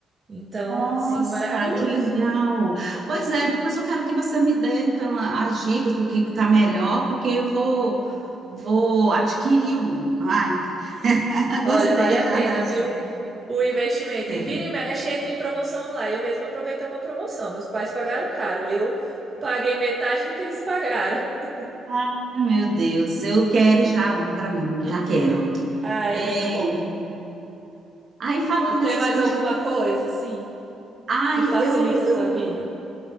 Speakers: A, on the right; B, on the right.
A: Então,
B: nossa,
A: sim, maravilhoso.
B: que legal. Pois é, depois eu quero que você me dê então a- as dicas do que está melhor, porque eu vou vou adquirir um. Ai, <laughs> gostei
A: Olha, vale a
B: já
A: pena,
B: da dica,
A: viu? O investimento.
B: gostei.
A: E vira e mexe, entra em promoção lá. Eu mesma aproveitei uma promoção. Meus pais pagaram caro. Eu paguei metade do que eles pagaram. <laughs>
B: Ai, meu Deus, eu quero já um para mim, já quero.
A: Ah, é
B: É,
A: muito bom.
B: aí falando
A: E tem
B: dessas
A: mais
B: coisas,
A: alguma coisa, assim,
B: ai,
A: que facilita
B: eu,
A: a
B: eu
A: sua vida?